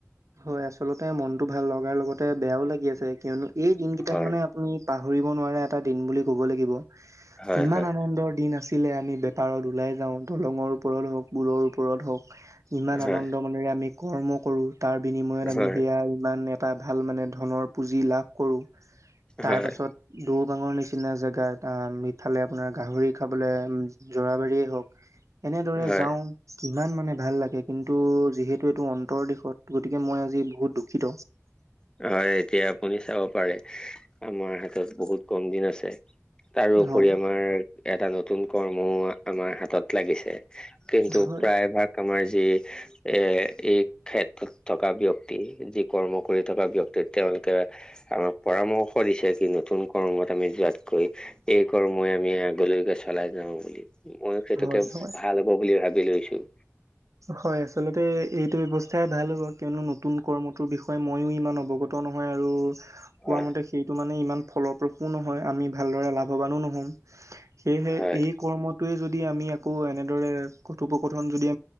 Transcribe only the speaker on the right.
হয় আচলতে মনটো ভাল লগাৰ লগতে বেয়াও লাগি আছে কিয়নো এই দিন কিটাক
মানে আপুনি পাহৰিব নোৱাৰা এটা দিন বুলি ক'ব লাগিব
ইমান
আনন্দৰ দিন আছিলে আমি বে বেপাৰত ওলাই যাওঁ দলঙৰ ওপৰত হওক পুলৰ ওপৰত হওক ইমান
আনন্দ মনেৰে আমি কৰ্ম কৰো তাৰ বিনিময়ত আমি
সেয়া ইমানে এটা ভাল মানে ধনৰ পুঁজি লাভ কৰোঁ তাৰ
পাছত দৌবাঙৰ নিচিনা জেগা এটা মিঠালে আপোনাৰ গাহৰি খাবলে জৰাবাৰী কৰা হওঁক এনেদৰে
যাওঁ কিমান মানে ভাল লাগে কিন্তু যিহেতু এইটো অন্তৰ দিশত গতিকে মই আজি বহুত দুখিত।
হয়, হয়,
হয়,
হয়,
হয় আচলতে এইটো ব্যৱস্থাই ভাল হ'ব কিয়নো নতুন কৰ্মটোৰ বিষয় হয় ময়ো ইমান অৱগত নহয় আৰু কোৱা
মতে সেইটো মানে ইমান ফল-প্ৰসূ নহয় আমি ভালদৰে লাভৱানো ন'হম সেয়েহে
এই কৰ্মটোৱে যদি আমি আকৌ এনেদৰে কথোপকথন যদি